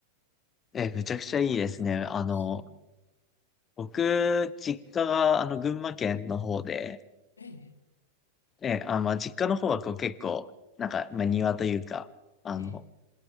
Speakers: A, on the left (about 25°); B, on the left (about 85°).
A: え、めちゃくちゃいいですね。あの、
B: そう。
A: 僕、実家が、あの、群馬県の方で、
B: ええ、
A: ええ、あ、まあ、実家の方はこう結構、なんか、まあ、庭というか、あの、
B: ええ、